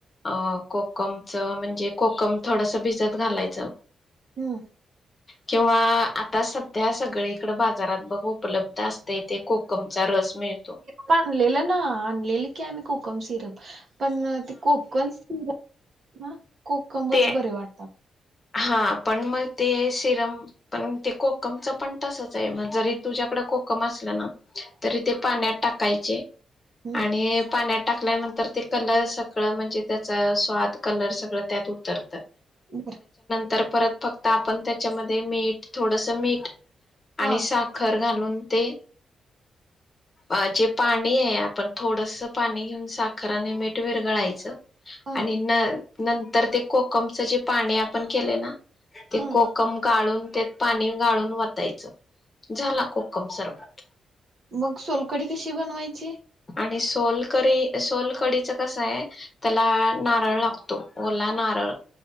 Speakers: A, on the left (about 20°); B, on the right (about 40°).
A: अं कोकमच म्हणजे कोकम थोडस भिजत घालायचं.
B: हम्म.
A: किंवा, आता सध्या सगळीकड बाजारात बघ उपलब्ध असते ते कोकमचा रस. मिळतो.
B: काणलेलं ना आणलेलं की आम्ही कोकम सिरप. पण ते कोकण सिरप वा कोकमच
A: ते
B: बरे वाटतात.
A: हा पण मग ते सिरम पण ते कोकमचं पण तसच हाय, मग जरी तुझ्याकडे कोकम असलं ना तरी ते पाण्यात टाक कायचे
B: हं
A: आणि पाण्यात टाकल्यानंतर ते कलर सगळं म्हणजे त्याचा स्वाद कलर सगळं त्यात उतरतं.
B: <inaudible>
A: तर परत फक्त आपण त्याच्यामध्ये मीठ थोडस मीठ
B: हां
A: आणि साखर घालून ते अ जे पाणी ये आपण थोडसं पाणी घेऊन साखर आणि मीठ विरगळायचं.
B: हां
A: आणि ना नंतर ते कोकमचं जे पाणी आपण केलय ना ते
B: हं.
A: कोकम गाळून त्यात पाणी गाळून वतायचं. झाला कोकम सरबत.
B: मग सोलकडी कशी बनवायची?
A: आणि सोलकरी सोलकढीच कसं आहे त्याला नारळ लागतो. ओला नारळ